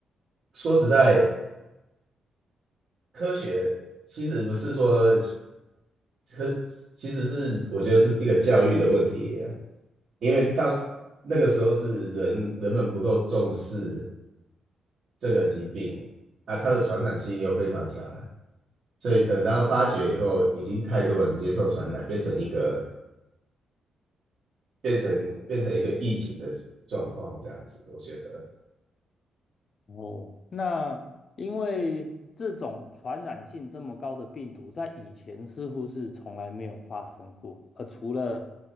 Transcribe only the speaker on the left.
哦，那因为这种传染性这么高的病毒，在以前似乎是从来没有发生过，呃，除了